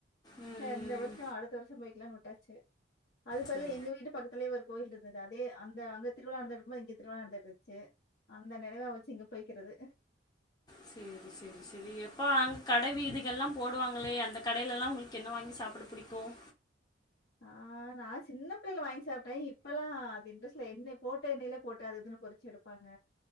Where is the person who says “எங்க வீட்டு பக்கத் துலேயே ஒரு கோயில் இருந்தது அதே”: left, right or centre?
Left